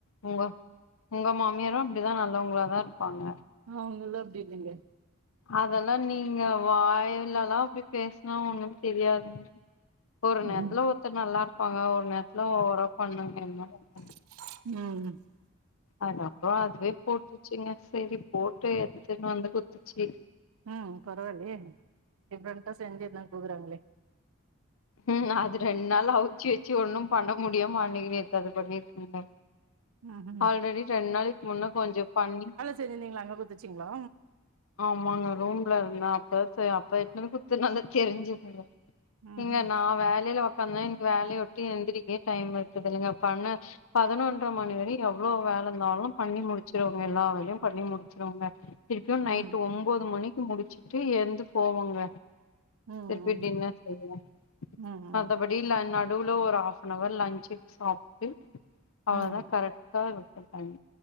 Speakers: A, on the left (about 65°); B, on the right (about 75°).
A: ஒங்க ஒங்க மாமியாரு இப்டிதா நல்லோங்ளா தாருப்பாங்க
B: அவுங்கள்லா அப்டி இல்லங்க
A: அதெல்லா நீங்க வாய்லல்லா அப்டி பேசுனா ஒண்ணு தெரியாதுங்க ஒரு நேரத்துல
B: ம்.
A: ஒ ர்த்தர் நல்லாருப்பாங்க ஒரு நேரத்துல ஓவரா பண்ணுங்க என்னங்க பண்
B: <unintelligible>
A: அது அப்றோ அதுவே போட்ருச்சுங்க சேரி போட்டு எத்துன்னு வந்து குத்துச்சி
B: ம் பரவால்லயே டிஃப்ரெண்ட்டா செஞ்சு எத்துனு வந்து குட்க்குறாங்களே
A: ம் அது ரெண்டு நாள் அவுச்சி வச்சி ஒண்ணு பண்ண முடியாமா அன்னக்கி நேத்து அத பண்ணிருக்காங்க
B: ம் ம்
A: ஆல்ரெடி ரெண்டு நாளைக் முன்ன கொஞ்சொ பண்ணி
B: தெரில்லைங்ள அங்க குட்த்துச்சுங்ளா
A: ஆமாங்க ரூம்லருந்தே அப்பத்து அப்ப எத்துனு வந்து குத்துனாங்க கெறிஞ்சதுங்க
B: ம்
A: ஏங்க
B: ம்
A: நா வேலைல ஒக்காந்தே எனக்கு வேலய வுட்டு எந்திரிக்கே டைம் இருக்குதுல்லைங்க பன்ன பதனொன்ற மணி வரயு எவ்ளோ வேல இந்தாலு பண்ணி முடிச்சிருவேங்க எல்லா வேலயு பண்ணி முடுச்சிருவேங்க திருப்பியு நைட்டு
B: ம்
A: ஒம்போது மணிக்கு முடிச்சுட்டு எழ்ந்து போவங்க
B: ம்
A: திருப்பி டின்னர் செய்ய
B: ம் ம்
A: மத்தப டிலா நடுவுல ஒரு ஆஃப் அன் அவர் லஞ்ச்சு சாப்ட்டு அவ்ளோ
B: ம்
A: தா கரெக்ட் டாருக்கு டைம்